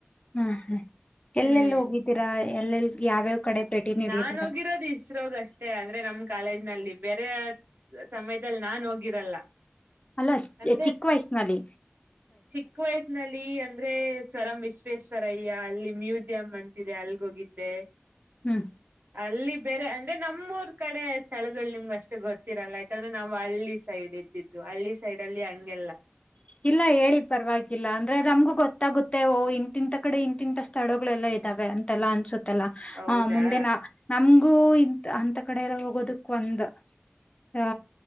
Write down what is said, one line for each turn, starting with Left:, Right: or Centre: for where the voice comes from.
Left: ಹಾ ಹಾ
Right: ಹ್ಮ್
Left: ಎಲ್ಲೆಲ್ಲಿ ಹೋಗಿದ್ದೀರಾ ಎಲ್ಲೆಲ್ ಯಾವ್ಯಾವ ಕಡೆ ಭೇಟಿ ನೀಡಿದ್ದೀರಾ
Right: ನಾನ್ ಹೋಗಿರೋದು ಇಸ್ರೋಗ ಅಷ್ಟೇ ಅಂದ್ರೆ ನಮ್ ಕಾಲೇಜ್ ನಲ್ಲಿ ಬೇರೆ ಸಮಯದಲ್ಲಿ ನಾನ್ ಹೋಗಿರಲ್ಲ
Left: ಅಲ್ಲ
Right: ಅಂದ್ರೆ
Left: ಚಿಕ್ಕ ವಯಸ್ಸಿನಲ್ಲಿ
Right: ಚಿಕ್ಕ ವಯಸ್ಸಿನಲ್ಲಿ ಅಂದ್ರೆ ಸ್ವರಂ ವಿಶ್ವೇಶ್ವ ಸರಯ್ಯ ಅಲ್ಲಿ ಮ್ಯೂಸಿಯಂ ಅಂತಿದೆ ಅಲ್ಗೋಗಿದ್ದೆ
Left: ಹ್ಮ್
Right: ಅಲ್ಲಿ ಬೇರೆ ಅಂದ್ರೆ ನಮ್ಮೂರ್ ಕಡೆ ಸ್ಥಳಗಳು ನಿಮ್ಗೆ ಅಷ್ಟು ಗೊತ್ತಿರಲ್ಲ ಯಾಕಂದ್ರೆ ನಾವ್ ಹಳ್ಳಿ ಸೈಡ್ ಇದೆ ಬ್ದಿದ್ದತ್ತು ಹಳ್ಳಿ ಸೈಡ್ ಅಲ್ಲಿ ಹಂಗೆಲ್ಲ
Left: ಇಲ್ಲ ಹೇಳಿ ಪರವಾಗಿಲ್ಲ ಅಂದ್ರೆ ನಮ್ಗೂ ಗೊತ್ತಾಗುತ್ತೇವ ಇಂತಿಂತ ಕಡೆ ಇಂತಿಂತ ಸ್ಥಳಗಳೆಲ್ಲ ಅಂತೆಲ್ಲ ಅನ್ಸುತ್ತಲ್ಲ
Right: ಹೌದಾ
Left: ಹ ಮುಂದೆ ನ ನಮ ಹೂ ಇಂತ ಅಂತ ಕಡೆ ಎಲ್ಲ ಹೋಗೋದಕ್ ಒಂದ ಆ